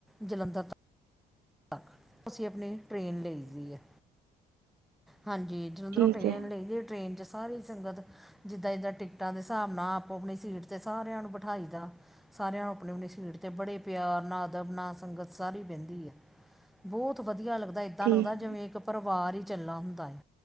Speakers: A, in the centre; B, on the right.
A: ਜਲੰਧਰ ਤੱਕ। ਤੱਕ ਅਸੀਂ ਆਪਣੇ ਟ੍ਰਰੇਨ ਲੇਜੀ ਹੈ। ਹਾਂਜੀ, ਜਲੰਧਰ
B: ਠੀਕ
A: ਤੋਂ ਟ੍ਰੇਨ
B: ਹੈ
A: ਲਈ ਦੀ ਟ੍ਰੇਨ। ਸਾਰੀ ਸੰਗਤ ਜਿੱਦਾਂ-ਜਿੱਦਾਂ ਟਿਕਟਾਂ ਦੇ ਹਿਸਾਬ ਨਾਲ ਆਪੋ ਆਪਣੀ ਸੀਟ ਤੇ ਸਾਰਿਆਂ ਨੂੰ ਬਿਠਾਈ ਦਾ। ਸਾਰਿਆਂ ਨੂੰ ਆਪਣੀ-ਆਪਣੀ ਸੀਟ ਤੇ ਬੜੇ ਪਿਆਰ ਨਾ ਅਦਬ ਨਾ ਸੰਗਤ ਸਾਰੀ ਬਹਿੰਦੀ ਹੈ। ਬਹੁਤ ਵਧੀਆ ਲੱਗਦਾ ਏਦਾਂ
B: ਠੀਕ
A: ਲੱਗਦਾ ਜਿਵੇਂ ਇੱਕ ਪਰਿਵਾਰ ਹੀ ਚੱਲਾ ਹੁੰਦਾ ਹੈ।